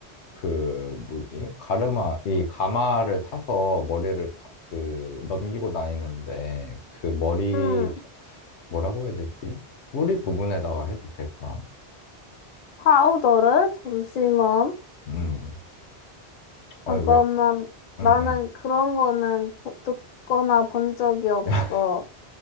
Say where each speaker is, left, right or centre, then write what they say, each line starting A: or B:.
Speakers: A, on the left; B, on the left.
A: 그 뭐지? 가르마 이 가마를 타서 머리를 가- 그 넘기고 다니는데 그 머리
B: 음,
A: 저- 뭐라고 해야 되지? 뿌리 부분에다가 해도 될까?
B: 파우더를 잠시만.
A: 음. 아니
B: 잠깐만,
A: 왜?
B: 나는
A: 응, 응.
B: 그런 거는 보- 듣거나 본 적이 없어.
A: <laughs>